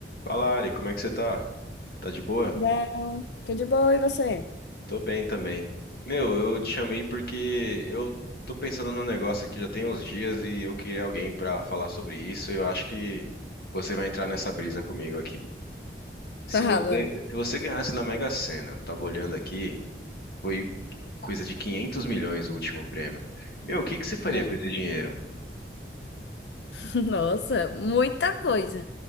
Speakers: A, on the left; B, on the left.
A: Fala, Ari, como é que você tá? Tá de boa?
B: Oi, Del. Tudo bom e você?
A: Tô bem também. Meu, eu te chamei porque eu tô pensando num negócio aqui já tem uns dias e eu queria alguém pra falar sobre isso. e Eu acho que você vai entrar nessa brisa comigo aqui. Se
B: Fala.
A: você, se você ganhasse na Mega Sena, eu tava olhando aqui, foi coisa de 500 milhões o último prêmio. Meu, o que que você faria
B: Hum.
A: com esse dinheiro?
B: <laughs> Nossa, muita coisa.